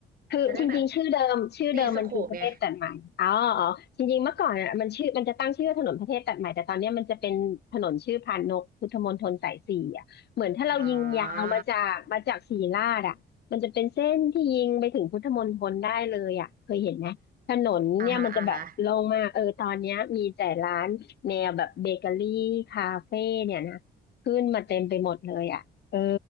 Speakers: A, on the left (about 55°); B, on the right (about 45°).
A: คือจริงๆชื่อเดิมชื่อเดิมมันคือประเทศตัดใหม่อ๋ออ๋อจริงๆเมื่อก่อนอ่ะมันชื่อมันจะตั้งชื่อว่าถนนประเทศตัดใหม่แต่ตอนเนี้ยมันจะเป็นถนนชื่อพานนกพุทธมณฑลสายสี่อ่ะเหมือนถ้าเรายิงยาวมาจากมาจากศรีราชอ่ะมันจะเป็นเส้นที่ยิงไปถึงพุทธมณฑลได้เลยอ่ะเคยเห็นไหมถนนเนี่ยมันจะแบบโล่งมากเออตอนเนี้ยมีแต่ร้านแนวแบบเบเกอรี่คาเฟ่เนี่ยนะขึ้นมาเต็มไปหมดเลยอ่ะเออ
B: จะได้แบบตีสโคปไงอ่าอ่าฮะอ่าฮะ